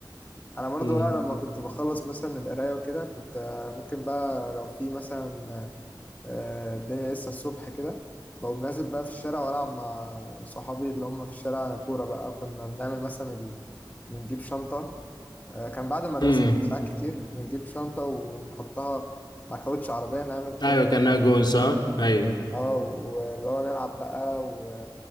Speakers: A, on the left; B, on the left.
A: انا برضو
B: م.
A: بقى لما كنت بخلص مثلا القرايه وكده كنت آه، ممكن بقى لو في مثلا آه، الدنيا لسه الصبح كده بقوم نازل بقى في الشارع والعب مع صحابي اللي هم في الشارع كوره بقى كنا بنعمل مثلا ال... بنجيب شنطه آه، كان بعد المدرسه
B: م.
A: ساعات كتير بنجيب شنطه ونحطها مع كاوتش عربيه نعمل كده
B: ايوه كان ناجون صح ايوه
A: اه واللي هو نلعب بقى و